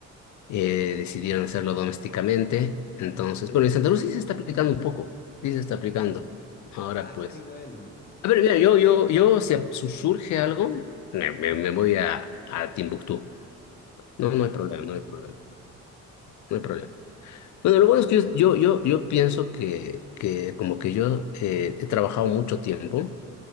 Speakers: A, on the left; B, on the left.
A: eh, decidieron hacerlo domésticamente. Entonces, bueno, en Santa Cruz sí se está aplicando un poco, sí se está aplicando. Ahora
B: Ah,
A: pues.
B: qué bueno.
A: A ver, mira, yo, yo, yo, si a- su- surge algo, me, me- me voy a, a Timbuktu. No, no hay problema, no hay problema, no hay problema. Bueno, lo bueno es que yo, yo, yo, yo pienso que, que como que yo eh, he trabajado mucho tiempo